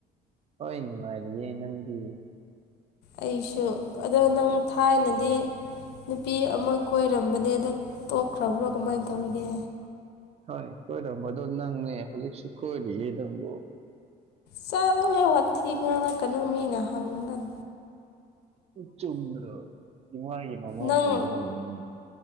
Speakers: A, on the right; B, on the left.
A: ꯍꯣꯏ ꯅꯨꯡꯉꯥꯏꯔꯤꯌꯦ ꯅꯪꯗꯤ
B: ꯑꯩꯁꯨ ꯑꯗꯣ ꯅꯪ ꯊꯥꯏꯅꯗꯤ ꯅꯨꯄꯤ ꯑꯃ ꯀꯣꯏꯔꯝꯕꯅꯦ ꯑꯗꯣ ꯇꯣꯛꯈ꯭ꯔꯕꯣ ꯀꯃꯥꯏ ꯇꯧꯔꯤꯒꯦ
A: ꯍꯣꯏ ꯀꯣꯏꯔꯝꯕꯗꯣ ꯅꯪꯅꯦ ꯍꯧꯖꯤꯛꯁꯨ ꯀꯣꯏꯔꯤꯌꯦ ꯅꯪꯗꯣ
B: ꯆꯠꯂꯣꯍꯦ ꯋꯥꯊꯤ ꯉꯥꯡꯉꯛꯀꯅꯨ ꯃꯤꯅ ꯍꯪꯒꯥꯟ
A: ꯑꯗꫭ ꯆꯨꯝꯗ꯭ꯔꯣ ꯏꯃꯥꯒꯤ ꯃꯥꯃꯧ
B: ꯅꯪ
A: ꯑꯣꯏꯗꯧꯔꯕꯅꯤ